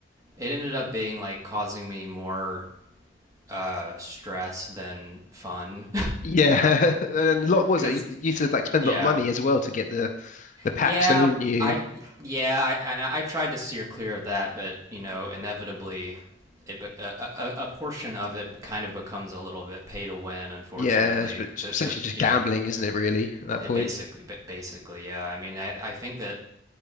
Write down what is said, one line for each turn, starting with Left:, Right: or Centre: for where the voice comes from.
Right: it ended up being like causing me more uh, stress than fun,
Left: Yeah. <laughs> And
Right: <laughs>
Left: a lot was
Right: because
Left: it? You, you used to like spend
Right: yeah,
Left: a lot of money as well to get the the packs,
Right: Yeah,
Left: don't you?
Right: I yeah I, I I tried to steer clear of that, but you know inevitably, it be- a, a, a portion of it kind of becomes a little bit pay to win. Unfortunately,
Left: Yeah, it's it's
Right: to,
Left: essentially
Right: to
Left: just
Right: you
Left: gambling,
Right: know,
Left: isn't it, really, at that
Right: it
Left: point?
Right: basically basically yeah. I mean, I I think that